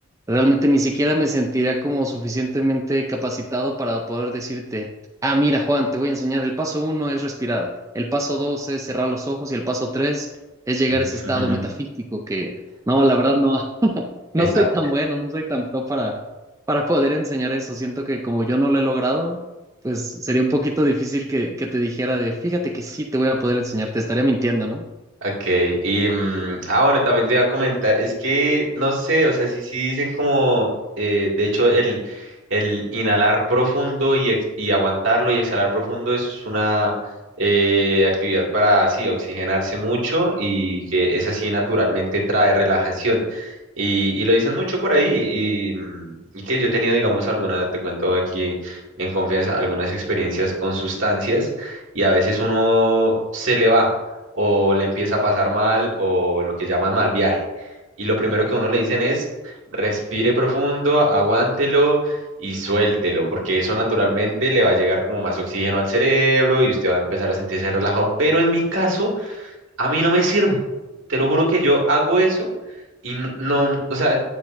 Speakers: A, on the right; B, on the right.
A: realmente ni siquiera me sentiría como suficientemente capacitado para poder decirte, ah, mira, Juan, te voy a enseñar, el paso uno es respirar, el paso dos es cerrar los ojos y el paso tres es llegar
B: <laughs>
A: a ese estado metafísico que, no, la verdad no, <laughs> no
B: Es,
A: soy
B: ah,
A: tan bueno, no soy tan pro para, para poder enseñar eso. Siento que como yo no lo he logrado, pues sería un poquito difícil que, que te dijera de, fíjate que sí te voy a poder enseñar, te estaría mintiendo, ¿no?
B: Ok, y mm, ah bueno, también te iba a comentar, es que no sé, o sea, sí, sí dicen como, eh, de hecho, el, el inhalar profundo y, ex- y aguantarlo y exhalar profundo es una eh, actividad para, sí, oxigenarse mucho y que es así naturalmente trae relajación. Y, y lo dicen mucho por ahí y, mm, y que yo he tenido, digamos, alguna, te cuento aquí en confianza, algunas experiencias con sustancias y a veces uno se le va o la empieza a pasar mal o lo que llaman mal viaje. Y lo primero que a uno le dicen es, respire profundo, aguántelo y suéltelo, porque eso naturalmente le va a llegar como más oxígeno al cerebro y usted va a empezar a sentirse relajado. Pero en mi caso, a mí no me sirve. Te lo juro que yo hago eso y n- no, o sea,